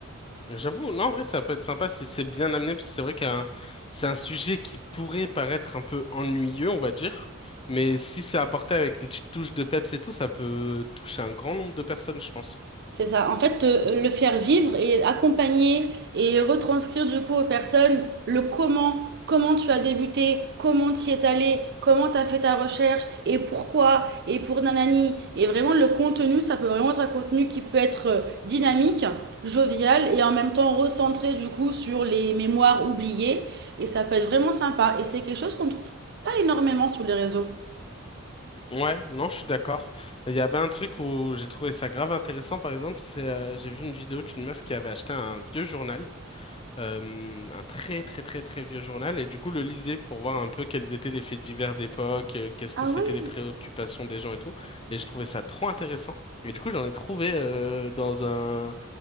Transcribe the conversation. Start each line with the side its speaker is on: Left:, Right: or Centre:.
Left: J'avoue, non, en vrai, ça peut être sympa si c'est bien amené, parce que c'est vrai qu'un c'est un sujet qui pourrait paraître un peu ennuyeux, on va dire, mais si c'est apporté avec une petite touche de peps et tout, ça peut toucher un grand nombre de personnes, je pense.
Right: C'est ça. En fait, euh, le faire vivre et accompagner et retranscrire du coup aux personnes le comment, comment tu as débuté, comment tu y es allé, comment tu as fait ta recherche et pourquoi et pour nanani. Et vraiment, le contenu, ça peut vraiment être un contenu qui peut être euh, dynamique, jovial et en même temps recentré du coup sur les mémoires oubliées. Et ça peut être vraiment sympa. Et c'est quelque chose qu'on ne trouve pas énormément sur les réseaux.
Left: Ouais, non, je suis d'accord. Il y avait un truc où j'ai trouvé ça grave intéressant, par exemple, c'est euh, j'ai vu une vidéo d'une meuf qui avait acheté un vieux journal euh, un très très très très vieux journal et du coup le lisais pour voir un peu quels étaient les faits divers d'époque, euh, qu'est-ce que
Right: Ah
Left: c'était
Right: ouais?
Left: les préoccupations des gens et tout. Et je trouvais ça trop intéressant. Et du coup j'en ai trouvé euh, dans un